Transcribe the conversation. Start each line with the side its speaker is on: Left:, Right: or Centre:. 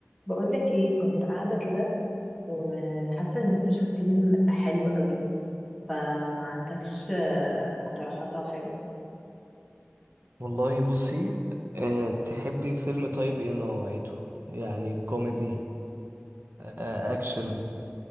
Centre: بقولك ايه كنت قاعدة كده وحاسة ان نفسي اشوف فيلم حلو قوي فما عندكش آه، مقترحات او حاجة
Right: والله بصي أه تحبي فيلم طيب ايه نوعيته يعني كوميدي أه اكشن